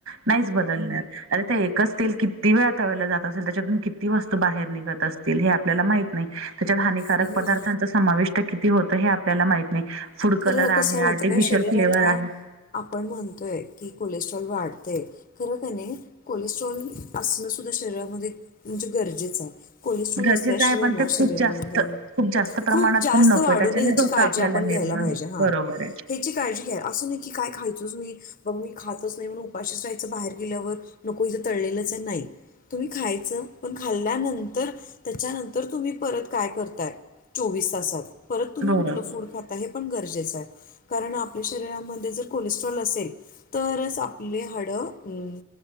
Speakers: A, on the right; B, on the left.
A: नाहीच बदलणार अरे ते एक कस तेल किती वेळ तळलं जात असेल त्याच्यातून किती वस्तू बाहेर निघत असतील हे आपल्याला माहित नाही त्याच्यात हानिकारक
B: हम्म.
A: पदार्थांच समाविष्ट किती होतं हे आपल्याला माहित नाही फूड
B: खरं
A: कलर
B: कसं
A: आहे
B: माहिती
A: आर्टिफिशियल
B: का शरीराला
A: फ्लेवर आहे
B: आपण म्हणतोय की कोलेस्ट्रॉल वाढतय खर कणी कोलेस्ट्रॉल असणं सुद्धा शरीरामध्ये म्हणजे गरजेचं आहे कोलेस्ट्रॉल
A: गरजेचं
B: असल्याशिवाय
A: आहे पण
B: ना
A: ते
B: शरीरामध्ये
A: खूप जास्त खूप जास्त प्रमाणात
B: खूप जास्त
A: पण नको
B: वाढून
A: त्याच्याने
B: नये ह्याची
A: धोका
B: काळजी
A: आपल्याला
B: आपण घ्यायला
A: निर्माण
B: पाहिजे म्हणजे
A: होतो
B: हा
A: बरोबर आहे
B: हयाची काळजी घ्या असं नाही की काय खायचंच वय बघ मी खातच नाही म्हणून उपाशीच राहायचं बाहेर गेल्यावर नको इथं तळलेलंच नाही तुम्ही खायचं पण खाल्ल्यानंतर त्याच्यानंतर तुम्ही परत काय करताय चोवीस तासात परत तुम्ही
A: बरोबर
B: कुठलं फूड खाता हे पण गरजेचं आहे कारण आपल्या शरीरामध्ये जर कोलेस्ट्रॉल असेल तरच आपली हाडं अ